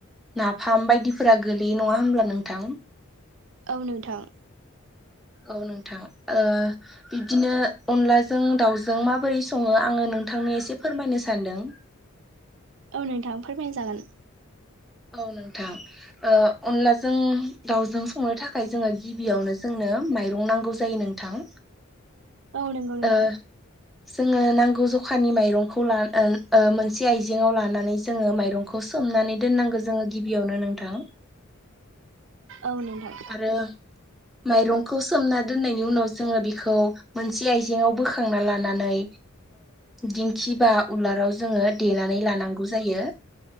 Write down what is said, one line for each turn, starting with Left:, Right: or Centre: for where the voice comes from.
Centre: नाफाम बायदिफोरा गोलैयो नङा होमब्ला नोंथां?
Right: औ नोंथां
Centre: औ नोंथां ओ बिब्दिनो अनलाजों दाउजों माबोरै सङो आङो नोंथांनो एसे फोरमायनो सानदों।
Right: औ नोंथां फोरमाय जागोन
Centre: औ नोंथां ओ अनलाजों दावजों संनो थाखाय जोङो गिबियावनो जोंनो माइरं नांगौ जायो नोंथां।
Right: औ नंगौ नोंथां
Centre: ओ जोङो नांगौ जखानि माइरंखौ <unintelligible> लानो मोनसे आइजेंाव लानानै जोङो माइरंखौ सोमनानै दोननांगौ जोङो गिबियावनो नोंथां।
Right: औ नोंथां
Centre: आरो माइरंखौ सोमना दोननायनि उनाव जोङो बिखौ मोनसे आइजेंङाव बोखांना लानानै दिंखि बा उलाराव जोङो देनानै लानांगौ जायो।